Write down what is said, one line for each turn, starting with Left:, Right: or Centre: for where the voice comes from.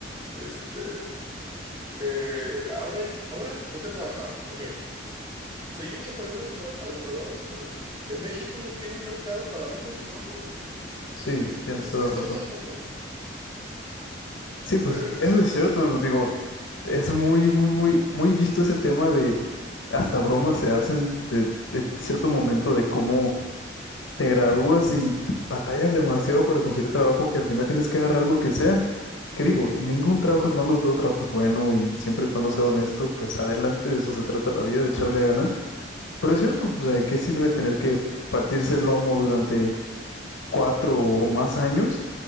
Right: Este, eh, ahora, ahora vete a trabajar. Ok. Seguimos aplaudiendo a los, gra- a los graduados, pero en, en México no tiene un mercado para darnos trabajo.
Left: Sí,
Right: Entonces,
Left: tienes toda
Right: ¿qué
Left: la
Right: estamos
Left: razón.
Right: aplaudiendo?
Left: Sí, pues
Right: Es-
Left: eso es cierto, digo, es muy, muy, muy, muy visto ese tema de hasta bromas se hacen de, de cierto momento de cómo te gradúas y batallas demasiado para conseguir trabajo que al final tienes que agarrar lo que sea. Que digo, ningún trabajo es malo, todo trabajo es bueno y siempre y cuando sea honesto, pues adelante, de eso se trata la vida, de echarle ganas. Pero es cierto, o sea, ¿de qué sirve tener que partirse el lomo durante cuatro o más años